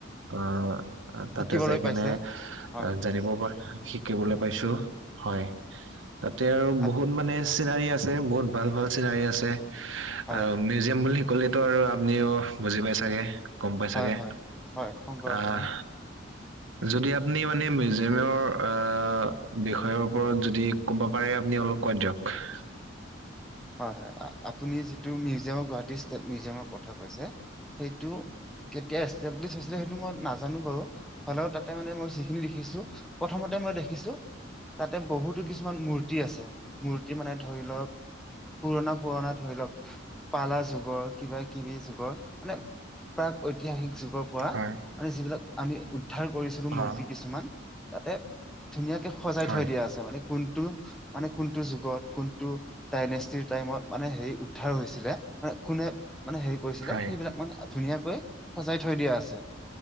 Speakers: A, on the right; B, in the centre.
A: অ,
B: শিকিবলৈ
A: তাতে যাই কেনে
B: পাইছে। হয়,
A: জানিব শিকিবলৈ পাইছো। হয় তাতে আৰু
B: আপ
A: বহুত মানে। চিনাৰি আছে বহুত ভাল - ভাল চিনাৰী আছে
B: হয়,
A: আৰু
B: হয়,
A: মিউজিয়াম বুলি শ কলিতো আৰু আপুনিও বুজি পাই চাগে গম পাই
B: হয়,
A: চাগে
B: হয়, হয়, সংগ্ৰহালয়।
A: আহ
B: <inaudible>
A: যদি আপুনি মানে মিউজিয়ামৰ বিষয়ৰ ওপৰত যদি ক'ব পাৰে আপুনি অলপ। <unintelligible>
B: <inaudible> হয়, হয় আপুনি যিটো মিউজিয়ামৰ গুৱাহাটী ষ্টে মিউজিয়ামৰ কথা কৈছে সেইটো কেতিয়ালি হৈছিল সেইটো মই নাজানো বাৰু হলেও তাতে মানে মই যি খিনিখিছো প্ৰচ মতে মই দেখিছো তাতে বহুতো কিছুমান মূৰ্তি আছে মূৰ্তি মানে ধৰি লওক পুৰণা, পুৰণা ধৰি লওক পালা যুগৰ কিবা কিবি যুগৰ মানে প্ৰাক ঐতিহাসিক যুগৰ পৰা
A: হয়
B: মানে যিবিলাক আমি উদ্ধাৰ কৰিছিলো মূৰ্তি
A: অ
B: কিছুমান যাতে ধুনীয়াকে সজাই
A: হয়
B: থৈ দিয়া আছে মানে কোনটো মানে কোনটো যুগত কোনটো দাইনেষ্টিৰ টাইমত মানে হেৰি উদ্ধাৰ হৈছিলে মানে কোনে মানে হেৰি কৰিছিলে
A: হয়
B: সেইবিলাক মানে ধুনীয়াকৈ সজাই থৈ দিয়া আছে